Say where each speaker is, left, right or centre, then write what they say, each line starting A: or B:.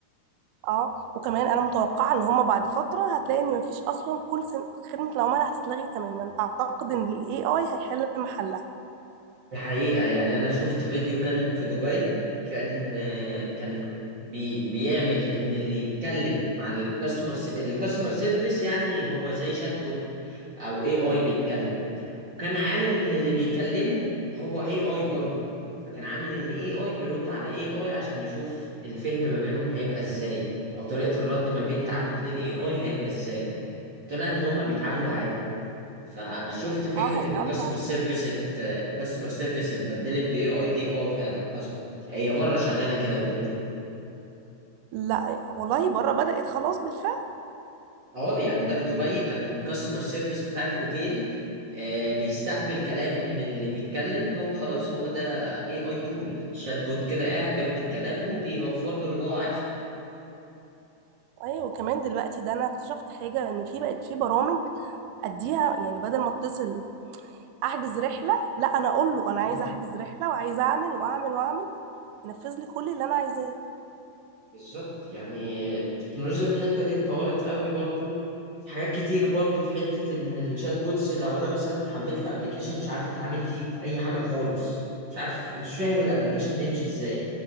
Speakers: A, on the right (about 80°); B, on the right (about 45°).
A: اه وكمان انا متوقعه ان هما بعد فتره هتلاقي ان مفيش اصلا كل سن... خدمه العملاء هتتلغي تماما اعتقد ان الاي اي هيحل محلها
B: دي حقيقة يعني أنا شفت فيديو كان في دبي كان آه، كان بي بيعمل إن اللي يتكلم مع الكاستمر الكاستمر سيرفيس يعني هو زي شات بوت أو أي أي بيتكلم كان عامل ان اللي بيكلمه هو اي اي برضه فكان عامل ان اي اي بيرد على اي اي عشان يشوف الفهم ما بينهم هيبقى ازاي او طريقة الرد ما بين تعامل اتنين اي اي هيبقى ازاي طلع ان هما بيتعاملوا عادي فشفت فكرة
A: اه هيتعاملوا
B: ان الكاستمر
A: عادي
B: سيرفيس الكاستمر سيرفيس اتبدلت باي اي دي اه فعلا حصل هي بره شغالة كده اوريدي
A: لا والله بره بدأت خلاص بالفعل
B: اه يعني ده في دبي كان كاستمر سيرفيس بتاعت اوتيل آه بيستقبل كلام من اللي بيتكلم هو خلاص هو ده اي اي تول شات بوت كده قاعد بياخد الكلام وبيوفر له اللي هو عايزه
A: ايوه وكمان دلوقتي ده انا اكتشفت حاجه ان في بقت في برامج اديها يعني بدل ما اتصل احجز رحله لا انا اقول له انا
B: مم.
A: عايز احجز رحله وعايز اعمل واعمل واعمل ينفذ لي كل اللي انا عايزاه
B: بالظبط يعني التكنولوجيا في الحته دي اتطورت قوي برضو حاجات كتير برضو في حتة ان الشات بوتس لو انا مثلا حملت ابلكيشن مش عارف اتعامل فيه في اي حاجة خالص مش عارف مش فاهم الابلكيشن بيمشي ازاي